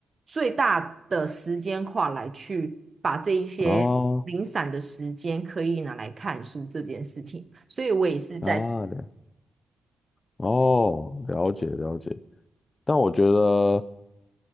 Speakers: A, on the right; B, on the left.
A: 最大的时间化来去把这一些零散的时间可以拿来看书这件事情。
B: 哦
A: 所以我也是在
B: 啊了哦，了解了解，但我觉得。